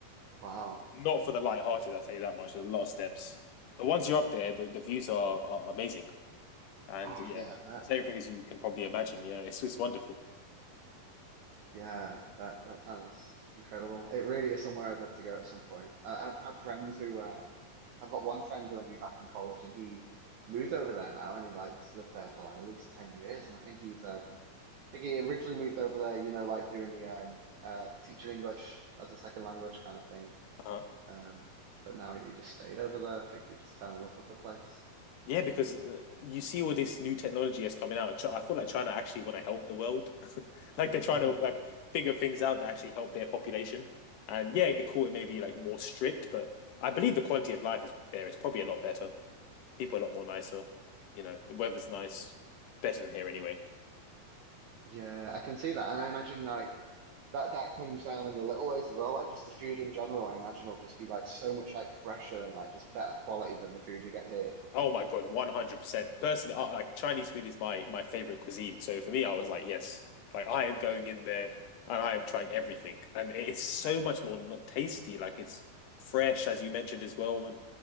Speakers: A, on the right; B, on the left.
A: wow.
B: Not for the light-hearted, I'll tell you that much. There's a lot of steps, but once you're up there, the, the views are, are amazing, and
A: Oh
B: yeah,
A: yeah, I bet.
B: it's everything as you can probably imagine. Yeah, it's it's wonderful.
A: Yeah, I bet that sounds incredible. It really is somewhere I'd love to go at some point. I, I've had friends who, um, I've got one friend who I knew back in college, and he moved over there now, and he like he's lived there for like at least ten years, and I think he's, um, I think he originally moved over there, you know, like doing the um, uh, teaching English as a second language kind of thing.
B: Uh-huh.
A: Um, but now he just stayed over there. I think he just fell in love with the place.
B: Yeah, because uh, you see all this new technology that's coming out. I feel like China actually want to help the world like they're trying
A: <laughs>
B: to like figure things out that actually help their population. And yeah, it cool. It may be like more strict, but I believe the quality of life is there is probably a lot better. People are a lot more nicer. You know, the weather's nice, better than here anyway.
A: Yeah, I can see that, and I imagine like. that that comes down in the little ways as well. Like just the food in general, I imagine will just be like so much like fresher and like just better quality than the food you get here.
B: Oh my god, one hundred percent. Personally, I, like Chinese food is my my favorite cuisine. So for me, I was like, yes, like I am going in there and I am trying everything, and it's so much more n- tasty. Like it's fresh, as you mentioned as well, and